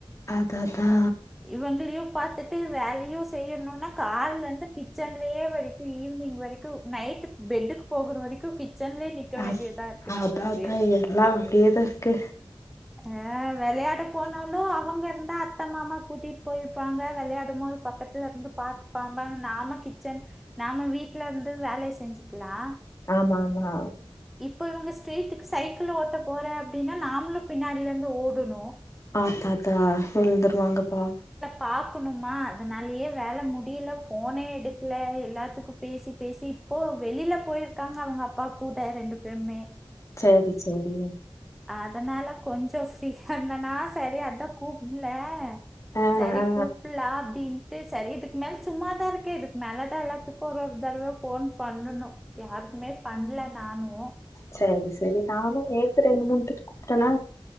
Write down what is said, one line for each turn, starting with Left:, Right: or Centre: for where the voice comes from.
Left: அதா தா
Centre: இவங்களையு பாத்துட்டு வேலையு செய்யணுனா கால்லருந்து கிச்சன்லேயே வரைக்கு ஈவினிங் வரைக்கு நைட் பெட்டுக்கு போகுற வரைக்கு கிச்சன்லயே நிக்க
Left: அ
Centre: வேண்டியதா இருக்கு நம்மளுக்கு
Left: அதா அதா எல்லா அப்டியேதா இருக்கு
Centre: அ வெளையாட போனாலு அவங்க இருந்தா அத் அத்தை மாமா கூட்டிட்டு போயிருப்பாங்க விளையாடுபோது பக்கத்துல இருந்து பாத்துபாங்க நாம கிச்சன் நாம வீட்டு்ல இருந்து வேலையே செஞ்சுக்கலா
Left: ஆமா ஆமா
Centre: இப்ப இவங்க ஸ்ட்ரீட்டுக்கு சைக்கிள் ஓட்ட போறே அப்புடின்னா நாமளு பின்னாடில இருந்து ஓடணு
Left: ஆத்தாத்தா விழுந்துருவாங்கப்பா
Centre: பாக்கணுமா அதனாலயே வேல முடியல போனே எடுக்கல எல்லாத்துக்கு பேசிப் பேசி இப்போ வெளியில போயிருக்காங்க அவங்க அப்பா கூட ரெண்டு பேருமே
Left: சேரி சேரிங்க
Centre: அதனால கொஞ்ச ஃப்ரீயா இருந்தனா சேரி அத்தா கூப்புடலே
Left: ஆ
Centre: சரி
Left: ஆ
Centre: கூப்பலா அப்டின் சரி இதுக்கு மேல சும்மாதா இருக்கே இதுக்கு மேலதா எல்லாத்துக்கு ஒரு ஒரு தடவ ஃபோன் பண்ணணு யாருக்குமே பண்ணல நானு
Left: சரி சரி நானு நேத்து ரெண்டு மூணு டிரிப் கூப்ட்டனா